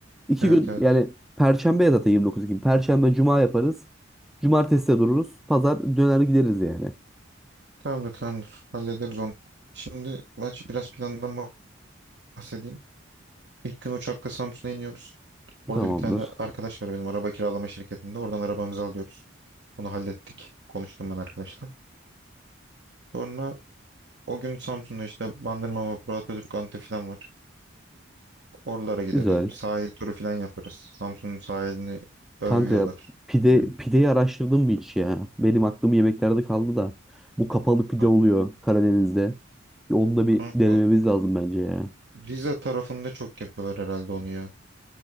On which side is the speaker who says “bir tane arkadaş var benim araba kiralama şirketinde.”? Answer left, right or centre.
Right